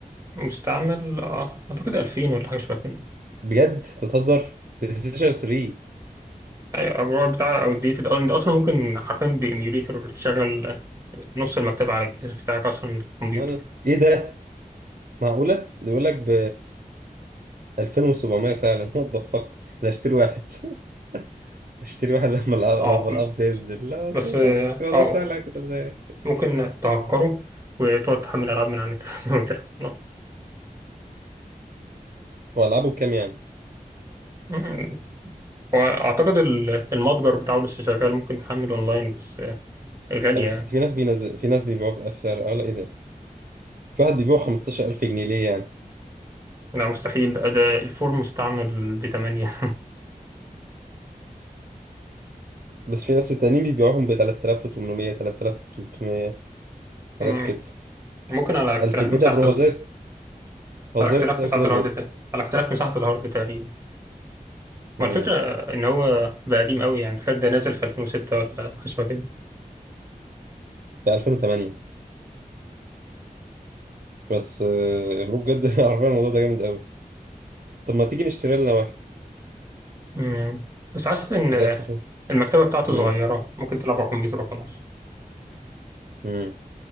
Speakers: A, on the right; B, on the right.
A: مستعمل آه اعتقد 2000 ولا حاجه شبه كده
B: بجد أنت بتهزر بلاي ستيشن 3
A: ايوه الرواية بتاع او الديتد انت اصلا ممكن حرفيا بايميوليتور تشغل آه، نص المكتبه على الجهاز بتاعك اصلا من الكمبيوتر
B: ناني
A: <laughs>
B: ايه ده معقولة ده بيقول لك ب 2700 فعلا وات ذا فاك انا هشتري واحد <laughs> هشتري واحد لما الأ-
A: اه
B: لما القبض ينزل لا
A: بس
B: ذا
A: اه
B: فاك الموضوع
A: آه،
B: سهل أوي كده ازاي
A: ممكن تعكره وتقعد تحمل ألعاب من على النت <laughs> وتلعب.
B: هو العابه بكام يعني
A: مم. وأعتقد ال- المتجر بتاعه لسه شغال ممكن تحمل أونلاين بس آه، غالية
B: طب بس
A: يعني
B: في ناس بينزل في ناس بيبيعوه بسعر اعلى ايه ده في واحد بيبيعه 15000 جنيه ليه يعني
A: لا مستحيل ده, ده الفور مستعمل بتمانية
B: بس في ناس التانيين بيبيعوهم ب 3800 3300
A: <laughs> مم.
B: حاجات كده
A: ممكن على اختلاف
B: 2000 ايه
A: مساحة
B: ده يا برو هو
A: ال...
B: زير هو
A: على
B: زير
A: اختلاف
B: رخيص قوي
A: مساحة
B: كده
A: الهارد
B: بجد
A: تا... على اختلاف مساحة الهارد تقريبا
B: امم
A: ما الفكرة إن هو بقى قديم قوي يعني تخيل ده نازل في 2006 ولا حاجة شبه كده
B: ب 2008 بس آه، برو بجد <laughs> عارفين الموضوع ده جامد قوي طب ما تيجي نشتري لنا
A: مم. بس حاسس إن
B: ايه
A: آه،
B: رايك في فيه
A: المكتبة بتاعته
B: امم
A: صغيرة ممكن تلعب على الكمبيوتر وخلاص
B: امم